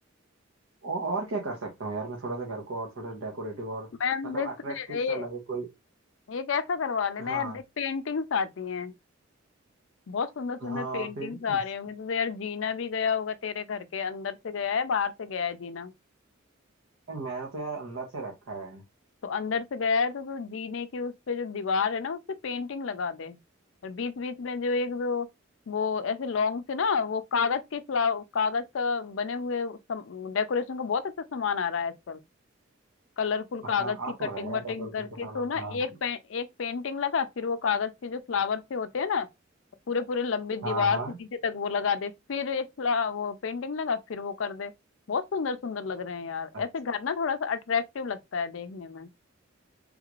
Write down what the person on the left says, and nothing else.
मैं
देख
तुझे
ये
एक ऐसा करवा लेना
यार देख पेंटिंग्स आती हैं बहुत सुंदर सुंदर
पेंटिंग्स
आ रहे होंगे तो, तो यार जीना भी गया होगा तेरे घर के अंदर से गया है बाहर से गया है जीना
तो अंदर से गया है तो तू जीने की उस पे जो दीवार है ना उस पे पेंटिंग लगा दे और बीच बीच में जो एक जो वो ऐसे लॉन्ग से ना वो कागज के फ्लावर कागज का बने हुए डेकोरेशन का बहुत अच्छा सामान आ रहा है आजकल कलरफुल कागज
की
कटिंग
वटिंग
करके
तो ना
एक पे, एक पेंटिंग लगा फिर वो कागज के जो फ्लावर से होते हैं ना पूरे पूरे लंबी दीवार
से नीचे तक वो लगा दे फिर एक फ्ला, वो पेंटिंग लगा फिर वो कर दे बहुत सुंदर सुंदर लग रहे हैं यार
ऐसे घर ना थोड़ा सा अट्रैक्टिव लगता है देखने में